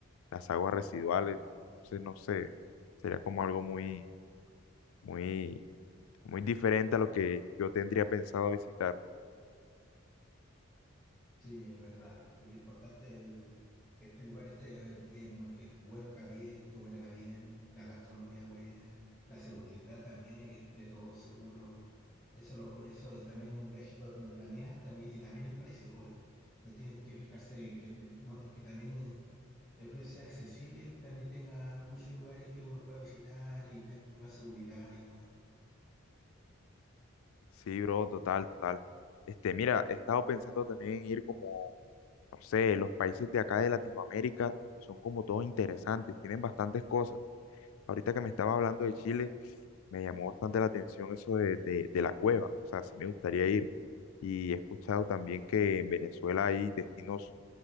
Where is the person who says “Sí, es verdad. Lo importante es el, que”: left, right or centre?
Centre